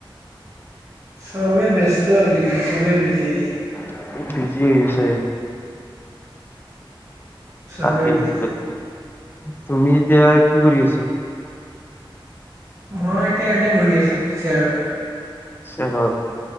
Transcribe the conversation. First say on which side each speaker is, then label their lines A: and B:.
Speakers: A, on the right (about 30°); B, on the left (about 25°).
A: চবে ব্যস্ত আজিকালি চবে বিজি।
B: <unintelligible>
A: চবেই
B: তাকেইটো
A: বিজি
B: তুমি এতিয়া কি কৰি আছা?
A: মই এতিয়া এনে বহি আছোঁ চিয়াৰত।
B: চেয়াৰত?